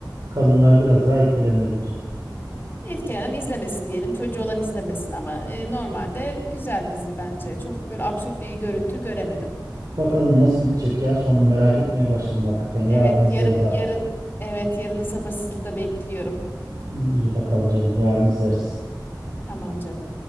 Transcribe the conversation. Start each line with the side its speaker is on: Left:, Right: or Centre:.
Right: kadınlar biraz daha etkilenebilir.
Left: Etkilenen izlemesin diyelim. Çocuğu olan izlemesin ama e, normalde güzel dizi bence. Çok böyle absürt bir görüntü göremedim.
Right: Bakalım nasıl bitecek ya. Sonunu merak etmeye başladım hakikaten. Yarın
Left: Evet
Right: izleriz
Left: yarım
Right: artık.
Left: yarın evet yarını sabırsızlıkla bekliyorum.
Right: İyi bakalım canım. Yarın izleriz.
Left: Tamam canım.